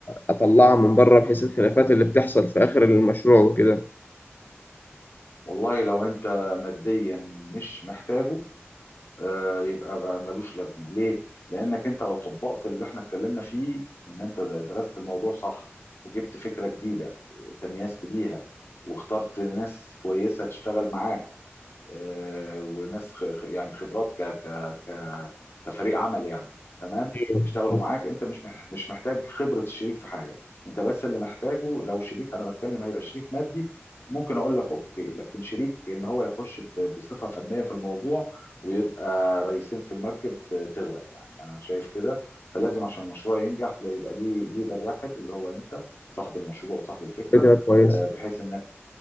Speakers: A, on the left; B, on the left.
A: أطلعها من بره بحيث الخلافات
B: أهو.
A: اللي بتحصل في آخر المشروع وكده
B: والله لو انت ماديا مش محتاجه آه، يبقى بقى ملوش لازمه ليه لانك انت لو طبقت اللي احنا اتكلمنا فيه ان انت درست الموضوع صح وجبت فكره جديده تميزت بيها واخترت ناس كويسه تشتغل معاك آه، وناس خ- خ- يعني خبرات ك ك ك كفريق عمل يعني تمام
A: ايوه
B: يشتغلوا
A: بس
B: معاك انت مش مح- مش محتاج خبرة الشريك في حاجة انت بس اللي محتاجه لو شريك انا بتكلم هيبقى شريك مادي ممكن اقول لك اوكي لكن شريك ان هو يخش ب- بصفة فنية في الموضوع ويبقى رئيسين في المركب آه، تغرق يعني انا شايف كده فلازم عشان المشروع ينجح لا يبقى ليه ليدر واحد اللي هو انت صاحب المشروع وصاحب الفكرة
A: فكرة كويسة
B: آه، بحيث ان